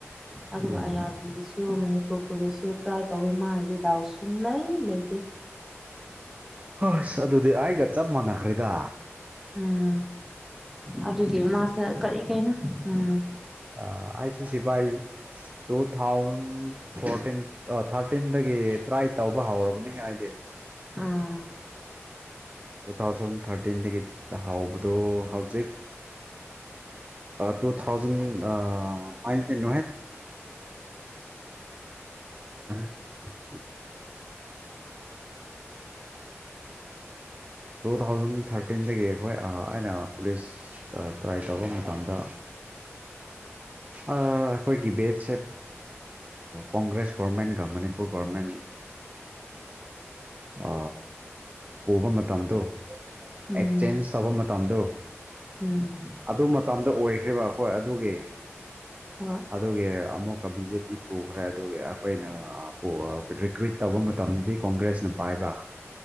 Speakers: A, in the centre; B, on the right.
A: ꯑꯗꯨꯒ
B: ꯎꯝ
A: ꯑꯥꯏ ꯑꯥꯔꯕꯤꯒꯤꯁꯨ ꯃꯅꯤ ꯄꯨꯔ ꯄꯨꯂꯤꯁꯁꯨ ꯇ꯭ꯔꯥꯏ ꯇꯧꯋꯤ ꯃꯥꯒꯤꯗꯤ ꯗꯥꯎ ꯁꯨꯡ ꯂꯩ ꯂꯩꯇꯦ
B: ꯍꯁ ꯑꯗꯨꯗꯤ ꯑꯥꯏꯒ ꯆꯞ ꯃꯥꯟꯅꯈ꯭ꯔꯦꯗ
A: ꯎꯝ ꯑꯗꯨꯒꯤ ꯃꯥꯁꯦ ꯀꯔꯤ ꯀꯩꯅꯣ ꯎꯝ
B: ꯑꯥ ꯑꯩꯁꯨ ꯁꯤꯐꯥꯏ ꯇꯨ ꯊꯥꯎꯟ ꯐꯣꯔꯇꯤꯟ ꯑ ꯊꯥꯔꯇꯤꯟꯗꯒꯤ ꯇ꯭ꯔꯥꯏ ꯇꯧꯕ ꯍꯧꯔꯕꯅꯤ ꯑꯩꯗꯤ
A: ꯎꯝ
B: ꯇꯨ ꯊꯥꯎꯖꯟ ꯊꯥꯔꯇꯤꯟꯗꯒꯤ ꯍꯧꯕꯗꯨ ꯍꯧꯖꯤꯛ ꯑ ꯇꯨ ꯊꯥꯎꯖꯟ ꯑꯥ ꯑꯩꯇꯤꯟ <inaudible> <unintelligible> ꯇꯨ ꯊꯥꯎꯖꯟ ꯊꯥꯔꯇꯤꯟꯗꯒꯤ ꯑꯩꯈꯣꯏ ꯑ ꯑꯩꯅ ꯄꯨꯂꯤꯁ ꯑ ꯇ꯭ꯔꯥꯏ ꯇꯧꯕ ꯃꯇꯝꯗ ꯑ ꯑꯩꯈꯣꯏꯒꯤ ꯕꯦꯠꯁꯦ ꯀꯣꯡꯒ꯭ꯔꯦꯁ ꯒꯣꯔꯃꯦꯟꯒ ꯃꯅꯤꯄꯨꯔ ꯒꯣꯔꯃꯦꯟ ꯑ ꯄꯨꯕ ꯃꯇꯝꯗꯨ
A: ꯎꯝ
B: ꯑꯦꯛꯆꯦꯟꯁ ꯇꯧꯕ ꯃꯇꯝꯗꯨ
A: ꯎꯝ
B: ꯑꯗꯨ ꯃꯇꯝꯗ ꯑꯣꯏꯈ꯭ꯔꯦꯕ ꯍꯣꯏ ꯑꯗꯨꯒꯤ
A: ꯍꯣꯏ
B: ꯑꯗꯨꯒꯤ ꯑꯃꯨꯛ ꯕꯤ ꯖꯦ ꯄꯤ ꯄꯨꯈ꯭ꯔꯦ ꯑꯗꯨꯒꯤ ꯑꯩꯈꯣꯏꯅ ꯑ ꯄꯨ ꯔꯤꯀ꯭ꯔꯨꯏꯠ ꯇꯧꯕ ꯃꯇꯝꯗꯗꯤ ꯀꯣꯡꯒ꯭ꯔꯦꯁꯅ ꯄꯥꯏꯕ